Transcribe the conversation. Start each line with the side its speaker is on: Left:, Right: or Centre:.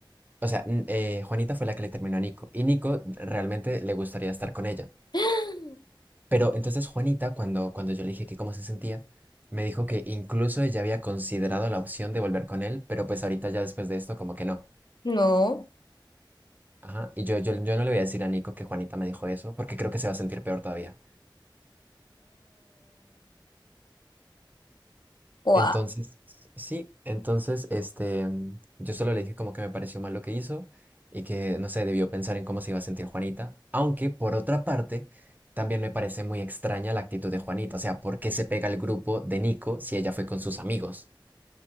Right: o sea, n- eh, Juanita fue la que le terminó a Nico. Y Nico realmente le gustaría estar con ella.
Left: <gasps>
Right: Pero entonces Juanita, cuando, cuando yo le dije que cómo se sentía, me dijo que incluso ella había considerado la opción de volver con él, pero pues ahorita ya después de esto como que no.
Left: No.
Right: Ajá, y yo, yo, yo no le voy a decir a Nico que Juanita me dijo eso, porque creo que se va a sentir peor todavía.
Left: Wow.
Right: Entonces, sí, entonces, este, yo solo le dije como que me pareció mal lo que hizo y que, no sé, debió pensar en cómo se iba a sentir Juanita, aunque por otra parte, también me parece muy extraña la actitud de Juanita, o sea, ¿por qué se pega al grupo de Nico si ella fue con sus amigos?